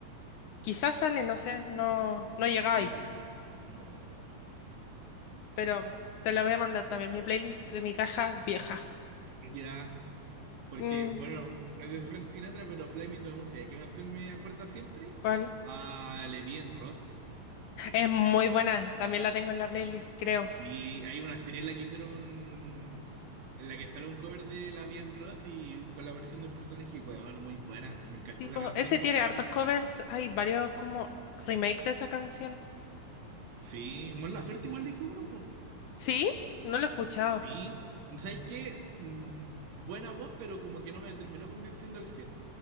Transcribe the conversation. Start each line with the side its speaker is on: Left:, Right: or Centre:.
Left: quizás sale, no sé, no, no llega
Right: No
Left: ahí.
Right: he visto. No.
Left: Pero te la voy a mandar también, mi playlist de mi caja vieja.
Right: Ya. Porque,
Left: Mm,
Right: bueno, no es de Frank Sinatra, pero Fly Me to the Moon, ¿sabes qué canción me acuerda siempre?
Left: ¿cuál?
Right: A Levien Ross.
Left: Es muy buena, también la tengo en la playlist, creo.
Right: Sí, hay una serie en la que hicieron un... en la que sale un cover de Levien Ross y con la aparición de un personaje, weón, muy buena. Me encanta
Left: Tipo,
Right: esa canción.
Left: ese tiene hartos covers, hay varios como remake de esa canción.
Right: Sí, Mon Laferte igual le hizo uno, po.
Left: ¿Sí? No lo he escuchado,
Right: Sí, ¿sabes qué? Mm, Buena voz, pero como que no me terminó convenciendo al cien